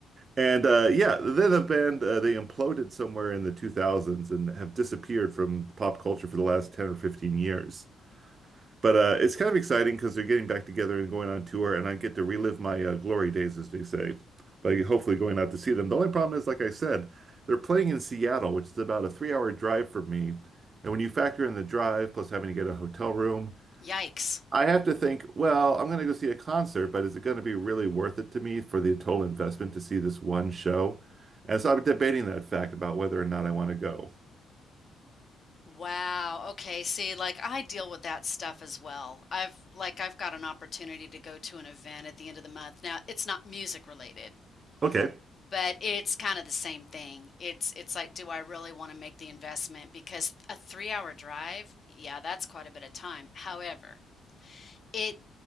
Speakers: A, on the right (about 45°); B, on the left (about 45°).
A: And uh, yeah, then the band uh, they imploded somewhere in the 2000s and have disappeared from pop culture for the last 10 or 15 years. But uh, it's kind of exciting because they're getting back together and going on tour, and I get to relive my uh, glory days, as they say, by hopefully going out to see them. The only problem is, like I said, they're playing in Seattle, which is about a three-hour drive from me. And when you factor in the drive plus having to get a hotel room,
B: Yikes.
A: I have to think, well, I'm going to go see a concert, but is it going to be really worth it to me for the total investment to see this one show? And so I'm debating that fact about whether or not I want to go.
B: Wow. Okay. See, like I deal with that stuff as well. I've like I've got an opportunity to go to an event at the end of the month. Now, it's not music related,
A: Okay.
B: but it's kind of the same thing. It's it's like, do I really want to make the investment? Because a three hour drive, yeah, that's quite a bit of time. However, it